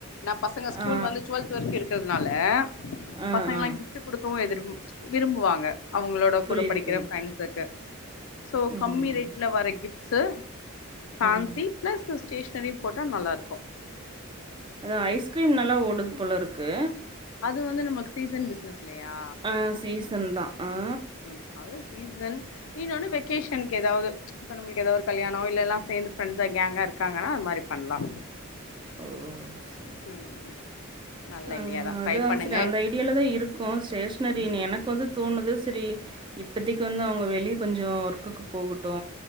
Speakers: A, on the left; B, on the right.
A: நா பசங்க ஸ்கூல்
B: ஆ
A: வந்து ச்வெல்த் வரைக்கு இருக்கிறதுனால
B: ஆ
A: பசங்கலா
B: ஆ
A: கிஃப்ட் குடுக்கவு எதிர் விரும்புவாங்க அவங்களோட
B: புரியுது
A: கூட படிக்கிற
B: புரியுது
A: ஃப்ரெண்ட்ஸுக்கு சோ
B: ம்
A: கம்மி ரேட்ல வர கிஃப்சு ஃபேன்ஸி
B: ம்
A: பிளஸு ஸ்டேஷ னரியு போட்டா நல்லாருக்கு
B: அதா ஐஸ்கிரீம் நல்லா ஓடுது போலருக்கு
A: அது வந்து நமக்கு சீசன் பிசினஸ் இல்லயா
B: ஆ சீசன் தா ஆ
A: ம் அது சீசன் இன்னொனு வெக்கேஷன்க்கெதாது இப்ப நமளுக்கெதா ஒரு கல்யாணோ இல்லலா சேர்ந்து ஃரெண்ட்ஸா கேங்கா இருக்காங்கன்னா அது மாரி பண்ணலா
B: ஓ செ
A: ம் நல்ல
B: அதா
A: ஐடியா தா ட்ரை
B: அதா
A: பண்ணுங்க
B: சேரி அந்த ஐடியால தா இருக்கோ ஸ்டேஷ்னரி
A: ம்
B: நீ எனக்கு வந்து தோணுது சேரி இப்பதைக்கு வந்து அவங்க வெளிய கொஞ்சோ ஒர்க்குக்கு போகட்டு